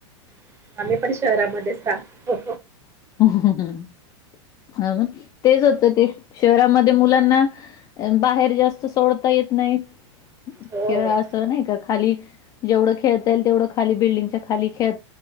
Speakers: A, on the right (about 15°); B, on the left (about 25°).
A: <inaudible> आम्ही पण शहरामध्येच राहा.
B: <inaudible> अच्ाा हा. <inaudible> ह ना तेच होतं ते शहरामध्ये मुलांना बाहेर जास्त सोडता येत. <inaudible> नाही
A: हो हो
B: किं असं नाही का खाली जेवढ. खेळ तेवढ खाली बिल्डिंगच्या खाली खेळ